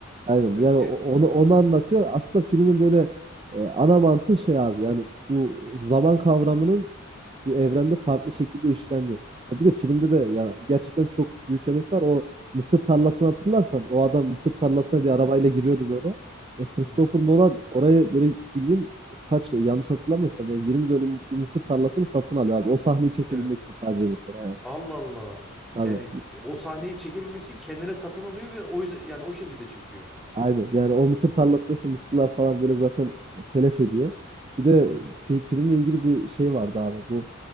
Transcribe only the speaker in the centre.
Evet
ya...
Hmm.
Hı hı.
Hı hı.
Evet.
Allah Allah.
Yani e, o sahneyi çekebilmek için kendine satın alıyor ve o yüzden yani o şekilde çekiyor.
Hı hı